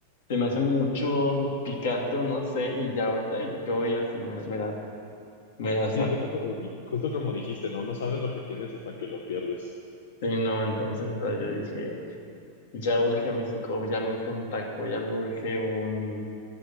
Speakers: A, on the left; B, on the left.
A: se me hace mucho picante o no sé, y ya ahorita yo ya sí me, me las, me las,
B: Sí, justo como, justo como dijiste, ¿no? No sabes lo que tienes hasta que lo pierdes.
A: sí, no, entonces, o sea, yo dije... Ya urge México, ya me urge un taco, ya me urge un,